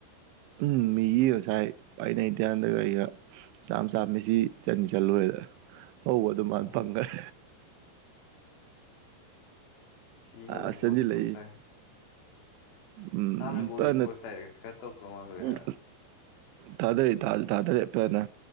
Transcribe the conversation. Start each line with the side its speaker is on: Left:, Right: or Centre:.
Right: ꯎꯝ ꯃꯤꯒꯤ ꯉꯁꯥꯏ ꯑꯩꯅ ꯏꯇꯤꯌꯥꯟꯗꯒ ꯑꯩꯒ ꯆꯥꯝ ꯆꯥꯝꯃꯤꯁꯤ ꯆꯅꯤ ꯆꯠꯂꯨꯔꯦꯗ ꯍꯧꯕ ꯑꯗꯨꯃꯅ
Left: ꯑꯣ
Right: ꯐꯪꯈ꯭ꯔꯦ
Left: ꯁꯤ ꯍꯧꯕ
Right: ꯑꯁꯖꯤ
Left: ꯕꯣꯜꯗꯨ ꯀ꯭ꯔꯣꯁ
Right: ꯂꯩ
Left: ꯆꯥꯏ
Right: ꯎꯝ
Left: ꯑꯍꯥꯟꯕꯩ ꯒꯣꯜꯗꯨꯗꯤ
Right: ꯊꯥ
Left: ꯄꯣꯁ ꯗꯥꯏꯔꯦꯛ ꯈꯔ ꯇꯧꯗꯧ ꯃꯥꯜꯂꯨꯔꯦ
Right: ꯎꯝ
Left: ꯍꯥꯏꯔ
Right: ꯇꯥꯗꯔꯤ ꯇꯥ ꯊꯥꯗꯔꯄꯅ